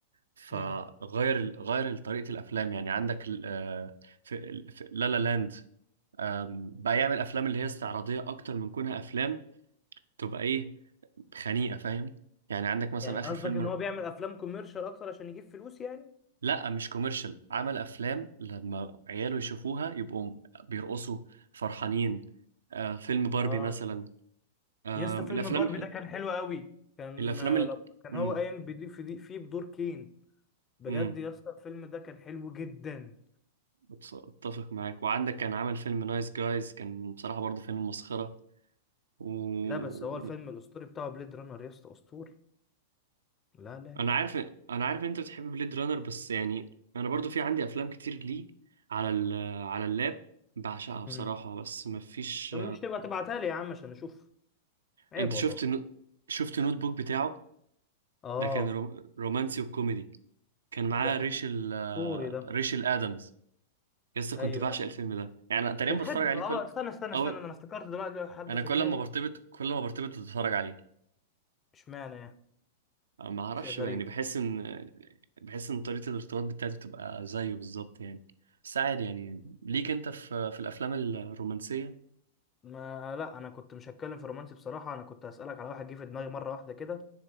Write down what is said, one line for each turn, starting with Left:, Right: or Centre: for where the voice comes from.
Right: فغير
Left: امم
Right: ال- غير طريقة الأفلام يعني عندك ال- آه، في ال- في لا لا لاند آم، بقى يعمل أفلام اللي هي استعراضية أكتر من كونها أفلام تبقى إيه خنيقة فاهم يعني عندك مثلا
Left: يعني
Right: آخر
Left: قصدك
Right: فيلم
Left: ان هو بيعمل افلام كوميرشال اكتر عشان يجيب فلوس يعني
Right: لا مش كوميرشال عمل أفلام لما عياله يشوفوها يبقوا بيرقصوا فرحانين آه، فيلم باربي
Left: اه
Right: مثلا آم،
Left: يا اسطى فيلم
Right: الأفلام
Left: باربي ده كان حلو قوي كان
Right: الأفلام
Left: آه،
Right: ال...
Left: لما كان
Right: مم،
Left: هو قايم بدي في دي فيه بدور كين بجد
Right: مم،
Left: يا اسطى الفيلم ده كان حلو جدا
Right: أتف- أتفق معاك وعندك كان عمل فيلم نايس جايز كان بصراحة برضه فيلم مسخرة و...
Left: لا بس هو الفيلم الاسطوري بتاعه بليد رانر يا اسطى اسطوري لا لا لا
Right: انا عارف انا عارف ان انت بتحب بليد رانر بس يعني انا برضو في عندي افلام كتير ليه على ال... على اللاب بعشقها بصراحة
Left: امم
Right: بس مفيش
Left: طب مش تبقى تبعتها لي يا عم عشان اشوف عيب
Right: انت
Left: والله
Right: شفت نو... شفت نوت بوك بتاعه
Left: اه
Right: ده كان روم... رومانسي وكوميدي كان معاه
Left: ده كان
Right: ريشل آه،
Left: اسطوري ده
Right: ريشل ادمز لسه
Left: ايوه
Right: كنت بعشق
Left: ايوه
Right: الفيلم ده يعني أنا تقريبا
Left: بتحب
Right: بتفرج عليه
Left: اه
Right: كل
Left: استنى استنى استنى
Right: او
Left: انا افتكرت دلوقتي حد
Right: انا
Left: في
Right: كل
Left: دماغي
Right: ما برتبط كل ما برتبط بتفرج عليه
Left: اشمعنى يعني
Right: ما اعرفش
Left: شيء غريب
Right: بقى يعني بحس ان بحس ان طريقة الارتباط بتاعتي بتبقى زيه بالظبط يعني بس عادي يعني ليك انت في في الافلام الرومانسية
Left: ما لا انا كنت مش هتكلم في رومانسي بصراحه انا كنت هسالك على واحد جه في دماغي مره واحده كده